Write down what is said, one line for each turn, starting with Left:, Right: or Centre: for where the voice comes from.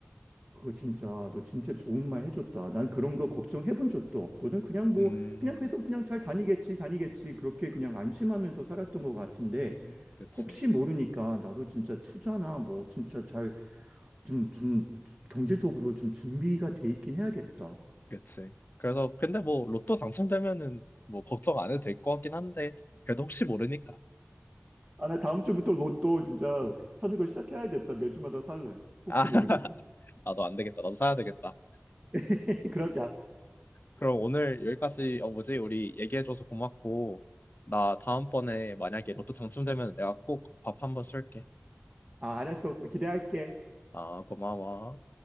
Right: 그거 진짜 너 진짜 좋은 말 해줬다. 난 그런 거 걱정해 본 적도 없거든. 그냥 뭐
Left: 음,
Right: 그냥 계속 그냥 잘 다니겠지 다니겠지 그렇게 그냥 안심하면서 살았던 것 같은데
Left: 네. 그치,
Right: 혹시 모르니까 나도 진짜 투자나 뭐 진짜 잘 좀 좀 경제적으로 좀 준비가 돼 있긴 해야겠다.
Left: 그치. 그래서, 근데 뭐, 로또 당첨되면은 뭐, 걱정 안 해도 될 것 같긴 한데, 그래도 혹시 모르니까.
Right: 아, 나 다음 주부터 로또 진짜 사는 거 시작해야겠다. 매주마다 살래. 혹시
Left: 아, <laughs>
Right: 모르니까.
Left: 나도 안 되겠다. 나도 사야 되겠다.
Right: <laughs> 그러자.
Left: 그럼 오늘 여기까지, 어, 뭐지? 우리 얘기해줘서 고맙고, 나 다음번에 만약에 로또 당첨되면 내가 꼭 밥 한번 쏠게.
Right: 아, 알았어. 기대할게.
Left: 아, 고마워.